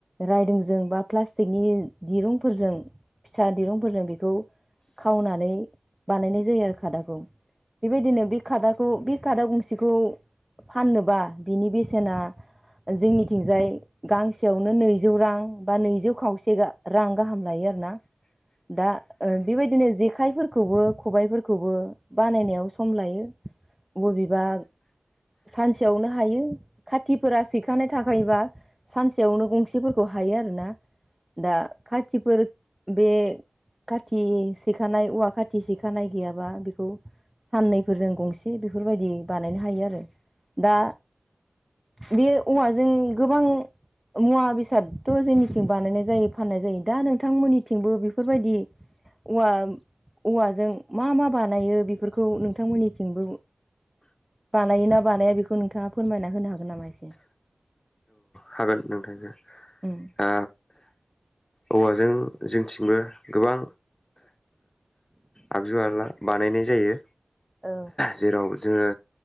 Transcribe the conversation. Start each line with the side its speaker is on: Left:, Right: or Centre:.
Centre: रायदोंजों बा प्लास्टिकनि दिरुंफोरजों फिसा दिरुंफोरजों बेखौ खावनानै बानायनाय जायो आरो खादाखौ बेबायदिनो बे खादाखौ बे खादा गंसेखौ फाननोबा बिनि बेसेना ओ जोंनिथिंजाय गांसेयावनो नैजौ रां बा नैजौ खावसे रां गाहाम लायो आरोना दा ओ बेबायदिनो जेखाइफोरखौबो खबाइफोरखौबो बानायनायाव सम लायो बबेबा सानसेयावनो हायो खाथि फोरा सैखानाय थाखायोबा सानसेयावनो गंसेफोरखौ हायो आरोना दा खाथिफोर बे खाथि सैखानाय औवा खाथि सैखानाय गैयाबा बेखौ साननैफोरजों गंसे बेफोरबायदि बानायनो हायो आरो दा बे औवाजों गोबां मुवा बेसादथ' जोंनिथिं बानायनाय जायो फाननाय जायो दा नोंथांमोननिथिंबो बेफोरबायदि औव औवाजों मा मा बानायो बेफोरखौ नोंथांमोननि थिंबो बानायोना बानाया बेखौ नोंथाङा फोरमायना होनो हागोन नामा एसे
Left: हागोन नोंथांजों
Centre: उम
Left: ओ औवाजों जोंथिंबो गोबां आगजु आला बानायनाय जायो
Centre: औ
Left: जेराव जोङो